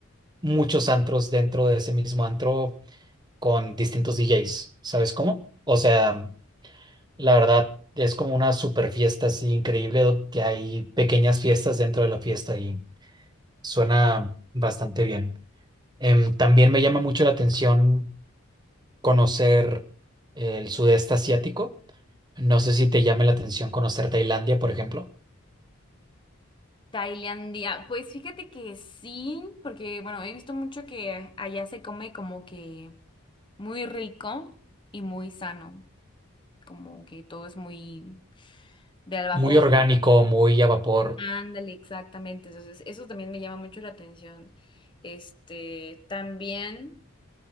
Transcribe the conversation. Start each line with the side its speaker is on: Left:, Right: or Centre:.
Right: muchos antros dentro de ese mismo antro con distintos DJs, ¿sabes cómo? O sea, la verdad es como una super fiesta así increíble, do- que hay pequeñas fiestas dentro de la fiesta y suena bastante bien. Em, también me llama mucho la atención conocer el sudeste asiático No sé si te llame la atención conocer Tailandia, por ejemplo.
Left: Tailandia. Pues fíjate que sí, porque bueno, he visto mucho que allá se come como que muy rico y muy sano. Como que todo es muy de al vapor.
Right: Muy orgánico, muy a vapor.
Left: Ándale, exactamente. Entonces, eso también me llama mucho la atención. Este, también